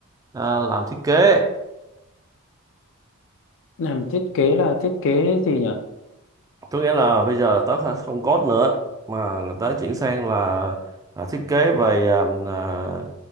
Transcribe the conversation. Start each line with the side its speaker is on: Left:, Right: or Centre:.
Right: ờ, làm thiết kế.
Left: Làm thiết kế là thiết kế gì nhỉ?
Right: Có nghĩa là bây giờ là tới không code nữa mà là tới chuyển sang là ờ, thiết kế về ờ, ờ,